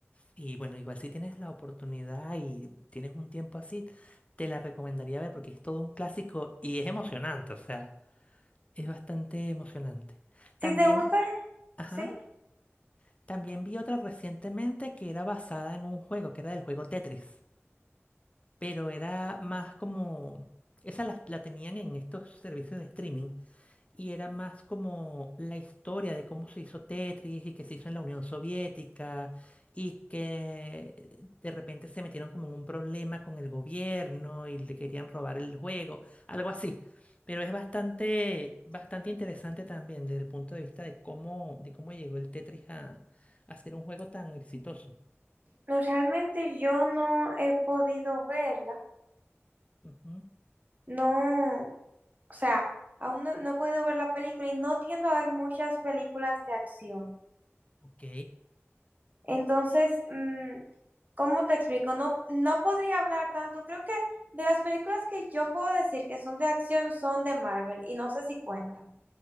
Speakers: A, on the left; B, on the right.
A: Y bueno, igual si tienes la oportunidad y tienes un tiempo así, te la recomendaría ver porque es todo un clásico y es emocionante, o sea, es bastante emocionante. También,
B: Si te gusta,
A: ajá,
B: sí.
A: también vi otra recientemente que era basada en un juego, que era del juego Tetris, pero era más como, esa la, la tenían en estos servicios de streaming y era más como la historia de cómo se hizo Tetris y que se hizo en la Unión Soviética y que de repente se metieron como en un problema con el gobierno y le querían robar el juego, algo así. Pero es bastante, bastante interesante también desde el punto de vista de cómo, de cómo llegó el Tetris a, a ser un juego tan exitoso.
B: No, realmente yo no he podido verla.
A: Ujú,
B: No, o sea, aún no, no he podido ver la película y no tiendo a ver muchas películas de acción.
A: Ok.
B: Entonces, mm, ¿cómo te explico? No, no podría hablar tanto. Creo que de las películas que yo puedo decir que son de acción son de Marvel y no sé si cuentan.